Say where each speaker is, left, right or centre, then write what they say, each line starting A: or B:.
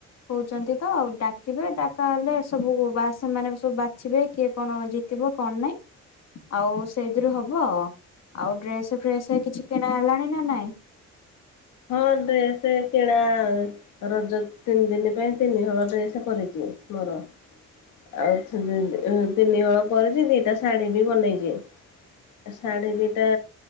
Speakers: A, on the left; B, on the left.
A: ହଉଚନ୍ତି ତ ଆଉ ଡାକିବେ ଡାକା ହେଲେ ସବୁ ବା ସେମାନେ ସବୁ ବାଛିବେ କିଏ କଣ ଜି ତିବ କଣ ନାଇଁ ଆଉ ସେଇଥିରୁ ହ ହବ ଆଉ ଡ୍ରେସ ଫ୍ରେସ କିଛି କିଣା ହେଲାଣି ନା ନାଇଁ।
B: ହଁ ଡ୍ରେସ କିଣା। ରଜ ତିନି ଦିନି ପାଇଁ ତିନି ହଳ ଡ୍ରେସ କରିଦିଅ ମୋର। ଆଉ ତିନି ହ ତିନି ହଳ କରୁଛି ଦିଟା ଶାଢୀ ବି ବନେଇଚି। ଶାଢ଼ୀ ଦିଇଟା।